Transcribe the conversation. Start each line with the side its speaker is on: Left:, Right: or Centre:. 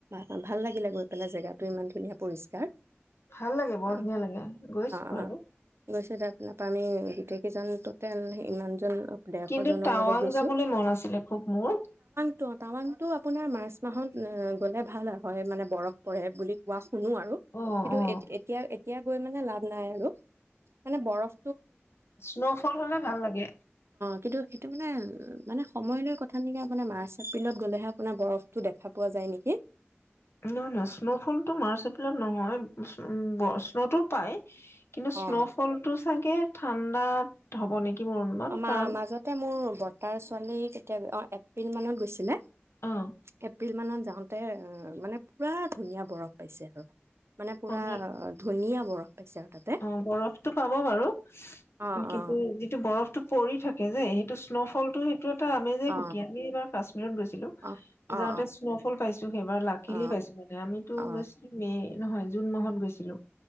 Right: অ ভাল লাগিলে গৈ পেলাই, জেগাটো ইমান ধুনীয়া পৰিষ্কাৰ।
Left: ভাল লাগে বৰ
Right: অ'
Left: ধুনীয়া লাগে, গৈছো
Right: অ'
Left: বাৰু,
Right: গৈছো দক <unintelligible> তাত‌ আমি গোটেই কেইজন ইমান্ জন ডেৰশ
Left: কিন্তু
Right: জনৰ
Left: টাৱাং
Right: লগত গৈছো
Left: যাবলৈ মন আছিলে খুব মোৰ।
Right: অ' টাৱাংটো আপোনাৰ মাৰ্চ মাহত গ'লে ভাল হয়, মানে বৰফ পৰে বুলি কোৱা শুনো আৰু,
Left: অ
Right: কিন্তু
Left: অ
Right: এ এতিয়া এতিয়া গৈ মানে লাভ নাই আৰু। মানে বৰফ
Left: স্ন'ফল হলে ভাল লাগে
Right: <unintelligible> কিন্তু সেইটো মানে মানে সময় লৈ কথা নেকি, আপোনাৰ মাৰ্চ এপ্ৰিলত গ'লেহে আপোনাৰ বৰফটো দেখা পোৱা যায় নেকি?
Left: নহয় নহয় স্ন'ফলটো মাৰ্চ ত নহয় উ স্ন'তো পায়, কিন্তু স্ন'ফলটো
Right: অ
Left: চাগে- ঠাণ্ডাত হ'ব নেকি? মোৰ অনুমান
Right: অ' মা-মাজতে
Left: কাৰণ
Right: মোৰ- বৰ্তাৰ ছোৱালী তেতিয়া অ' এপ্ৰিল মানত গৈছিলে,
Left: অ
Right: এপ- এপ্ৰিল মানত যাওঁতে মানে পুৰা ধুনীয়া বৰফ পাইছে আৰু। মানে পুৰা
Left: আমি
Right: ধুনীয়া। বৰফ। পাইছে আৰু তাতে
Left: অ বৰফটো পাব বাৰু
Right: অ
Left: কিন্তু
Right: অ
Left: যিটো বৰফটো পৰি থাকে যে সেই ত স্ন'ফল টো সেইটো এটা আমেজেই
Right: অ
Left: সুকীয়া আমি এইবাৰ কাশ্মীৰত গৈছিলো
Right: অ অ
Left: যাওঁতে স্ন'ফল পাইছো সেইবাৰ লাকিলি
Right: অ অ
Left: পাইছো মানে আমিতো
Right: অ
Left: গৈছিলো মে নহয় জুন মাহত গৈছিলো।